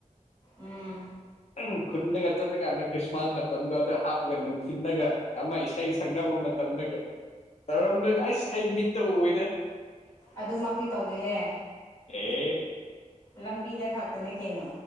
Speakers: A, on the left (about 25°); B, on the left (about 60°).
A: ꯎꯝ
B: ꯎ ꯈꯨꯟꯗꯒ ꯆꯠꯂꯀꯥꯟꯗ ꯈ꯭ꯔꯤꯁꯃꯥꯁ ꯃꯇꯝꯗꯣ ꯑꯗꯨꯗ ꯍꯥꯞꯄꯒ ꯅꯨꯡꯊꯤꯜꯗꯒ ꯑꯃ ꯏꯁꯩ ꯁꯛꯅꯕ ꯃꯇꯝꯗꯒ ꯇꯧꯔꯝꯗꯣꯏꯗꯣ ꯑꯩꯁ ꯑꯩ ꯃꯤꯠꯇ ꯑꯨꯏꯗ꯫
A: ꯑꯗꯨꯃꯛꯇꯤ ꯇꯧꯗꯦꯍꯦ꯫
B: ꯑꯦ
A: ꯂꯝꯕꯤꯗ ꯈꯛꯇꯅꯦ ꯀꯩꯅꯣ